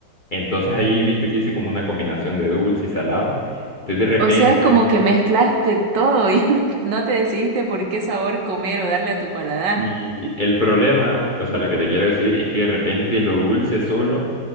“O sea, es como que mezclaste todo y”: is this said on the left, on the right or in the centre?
Right